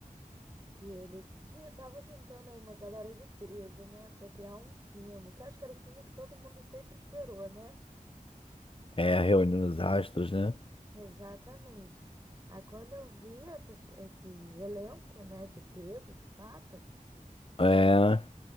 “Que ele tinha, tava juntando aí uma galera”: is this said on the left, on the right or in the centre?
Right